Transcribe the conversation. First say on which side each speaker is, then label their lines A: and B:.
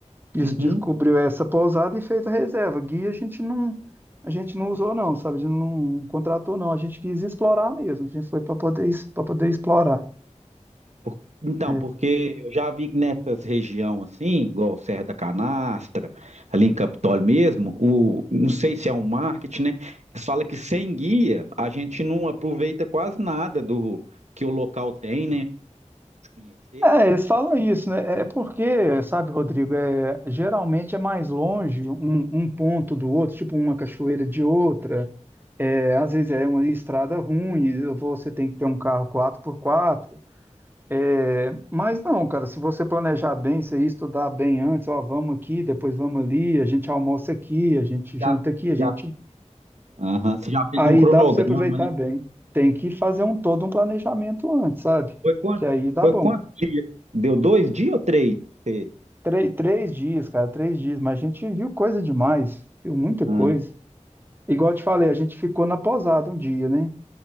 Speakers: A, on the right; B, on the right.
A: Isso
B: uhum.
A: descobriu essa pousada e fez a reserva. Guia a gente não, a gente não usou não, sabe? A gente não contratou não. A gente quis explorar mesmo. A gente foi para poder para poder explorar.
B: Por- Então,
A: É,
B: porque eu já vi que nessas regiões assim, igual Serra da Canastra, ali em Capitólio mesmo, o, não sei se é um marketing, né? Eles falam que sem guia a gente não aproveita quase nada do que o local tem, né? De conhecer.
A: é, eles falam isso, né? É é porque, sabe, Rodrigo, é, geralmente é mais longe um, um ponto do outro, tipo uma cachoeira de outra. É, às vezes é uma estrada ruim, você tem que ter um carro quatro por quatro É, mas não, cara, se você planejar bem, se estudar bem antes, ó, vamos aqui, depois vamos ali, a gente almoça aqui, a gente janta
B: Já,
A: aqui, a gente.
B: já. Aham, Você já fez
A: Aí
B: um cronograma,
A: dá para você aproveitar
B: né?
A: bem. Tem que fazer um todo um planejamento antes, sabe?
B: Foi quanto?
A: Que aí dá
B: Foi
A: bom.
B: quantos dias? Deu dois dias ou três? Sei.
A: Três, três dias, cara, três dias, mas a gente viu coisa demais, viu muita coisa.
B: Ana?
A: Igual eu te falei, a gente ficou na pousada um dia, né?